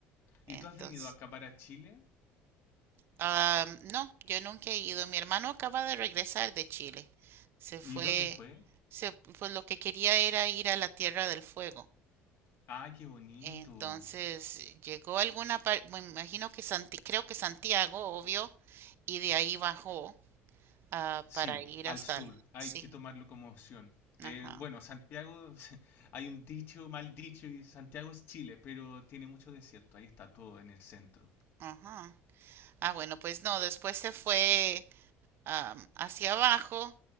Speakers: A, on the right (about 50°); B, on the left (about 50°).
A: Entonces,
B: ¿Y tú has venido acá para Chile?
A: ah, no, yo nunca he ido. Mi hermano acaba de regresar de Chile. Se fue,
B: ¿Y dónde fue?
A: se, pues lo que quería era ir a la Tierra del Fuego.
B: Ah, qué bonito.
A: Entonces llegó a alguna parte, me imagino que Santi- creo que Santiago, obvio, y de ahí bajó ah,
B: Sí,
A: para ir
B: al
A: hasta
B: sur.
A: el...
B: Hay
A: Sí,
B: que tomarlo como opción. Eh,
A: ajá,
B: bueno, Santiago, <laughs> hay un dicho, mal dicho, y Santiago es Chile, pero tiene mucho desierto. Ahí está todo en el centro.
A: ajá. Ah, bueno, pues no, después se fue am, hacia abajo